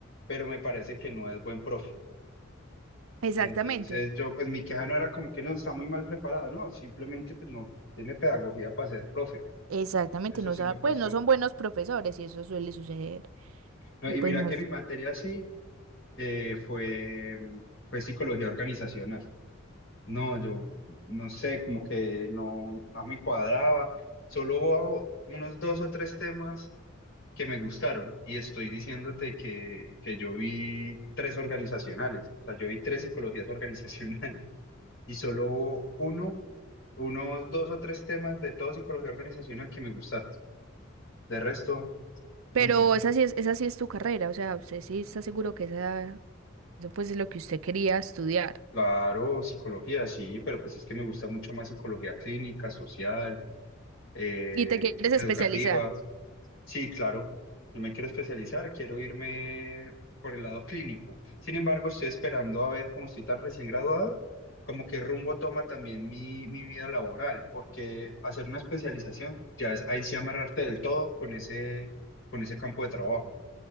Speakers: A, on the left; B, on the right.
A: pero me parece que no es buen profe.
B: exactamente,
A: Entonces yo, pues mi queja no era como que no está muy mal preparado, no, simplemente pues no tiene pedagogía para ser profe.
B: exactamente,
A: Eso
B: no
A: sí
B: sabe,
A: me pasó.
B: pues no son buenos profesores y eso suele suceder.
A: No,
B: y
A: y
B: Pues
A: mira
B: no
A: que
B: es...
A: mi materia sí eh, fue, mm, fue psicología organizacional. No, yo no sé, como que no, no me cuadraba. Solo hubo unos dos o tres temas que me gustaron y estoy diciéndote que, que yo vi tres organizacionales, o sea, yo vi tres psicologías organizacionales <laughs> y solo hubo uno, unos dos o tres temas de todo psicología organizacional que me gustaron. De resto,
B: Pero
A: mm, mm.
B: esa sí es, esa sí es tu carrera, o sea, usted sí está seguro que esa, eso pues es lo que usted quería estudiar
A: Claro, psicología, sí, pero pues es que me gusta mucho más psicología clínica, social, eh,
B: y te quieres
A: educativa.
B: especializar,
A: Sí, claro, yo me quiero especializar, quiero irme por el lado clínico. Sin embargo, estoy esperando a ver cómo estoy tan recién graduado, como qué rumbo toma también mi, mi vida laboral, porque hacer una especialización ya es ahí sí amarrarte del todo con ese, con ese campo de trabajo